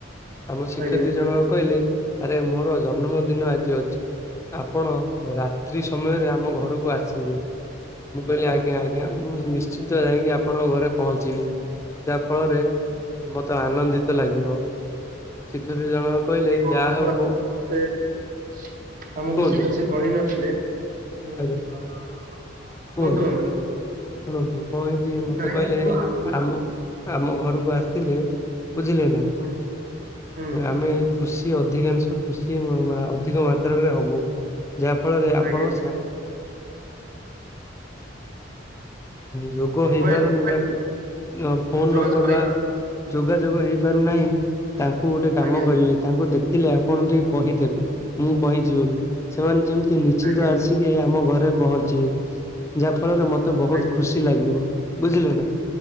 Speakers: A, on the left; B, on the right.
A: ଆମ
B: ଆଜ୍ଞା
A: ଶିକ୍ଷ--ତ୍ରୀ ଜଣକ କହିଲେ, ଆରେ ମୋର ଜନ୍ମ ଦିନ ଆଜି ଅଛି। ଆପଣ ରାତ୍ରି ସମୟରେ ଆମ ଘରୁକୁ ଆସିବେ। ମୁଁ କହିଲି ଆଜ୍ଞା ଆଜ୍ଞା ମୁଁ ନିଶ୍ଚିନ୍ତ ଯାଇ ଆପଣଙ୍କ ଘରେ ପହଞ୍ଚିବି। ଯାହା ଫଳରେ ମତେ ଆନନ୍ଦିତ ଲାଗିବ, ଶିକ୍ଷ--ତ୍ରୀ ଜଣକ କହିଲେ।
B: <inaudible>
A: ଯାହା ହଉ ମୋ କୁହନ୍ତୁ
B: <inaudible>
A: ଆଜ୍ଞା କୁହନ୍ତୁ ଶୁଣନ୍ତୁ କଣ ହେଇଚି, ମତେ
B: ନାଇଁ
A: କଇଲେ
B: ବନ୍ଧୁ ଆମକୁ
A: ଆମ ଘରକୁ ଆସିଲେ। ବୁଝିଲେ ନା,
B: ହୁଁ ହୁଁ
A: ଆମେ ଖୁସି ଅଧିକାଂଶ ଖୁସି ଅଧିକ ମାତ୍ରାରେ ହବୁ। ଯାହା ଫଳରେ ଆପଣ
B: ଆଜ୍ଞା
A: <inaudible> ଯୋଗ
B: ମୋବାଇଲ
A: ହେଇପାରୁନି, ଫୋନ୍‌
B: ଯୋଗାଯୋଗ
A: ନମ୍ବର୍ ବା
B: ହେଇପାରୁ
A: ଯୋଗାଯୋଗ ହେଇପାରୁନାହିଁ, ତାଙ୍କୁ ଗୋଟେ କାମ
B: ଆଜ୍ଞା
A: କରିବେ। ତାଙ୍କୁ ଦେଖିଲେ ଆପଣ ଟି କହି ଦେବେ। ମୁଁ କହିଚି ବଲି, ସେମାନେ ଯେମିତି ନି---ନ୍ତ
B: ଆଜ୍ଞା
A: ଆସିକି ଆମ ଘରେ ପହଞ୍ଚିବେ। ଯା---ଫଳରେ ମ ବହୁତ୍
B: ଆଜ୍ଞା
A: ଖୁସି ଲାଗିବ, ବୁଝିଲେ ନା।